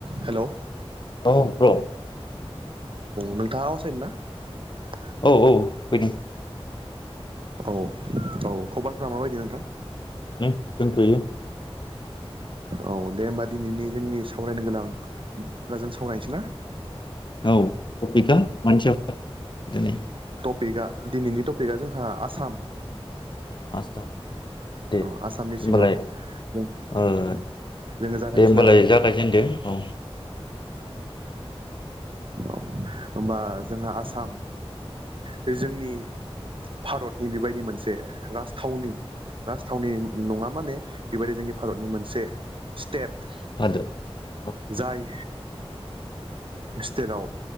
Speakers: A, on the right; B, on the left.
A: हेल' औ
B: औ ब्र'
A: नों <unintelligible>
B: औ औ बिदि
A: औ औ खबरफोरा माबायदि नोंथां
B: ने दोनथ'यो
A: औ दे होमबा दिनैनि जोंनि सावरायनो गोनां बाजों सावरायनोसै ना?
B: औ <unintelligible> <unintelligible> दिनै
A: पिकआ दिनैनि टपिकआ जोंहा आसाम
B: आस्था दे
A: औ
B: होमबालाय
A: आसामनि सिङाव जों
B: ओ दे
A: जोङो जागायनोसै
B: होनमबालाय
A: ना
B: जागायजेनदो औ
A: औ होनबा जोंहा आसाम बे जोंनि भारतनि बेबायदि मोनसे राजथावनि राजथावनि नङा माने बेबायदि जोंनि भारतनि मोनसे स्टेट
B: <unintelligible>
A: जाय स्टेटआव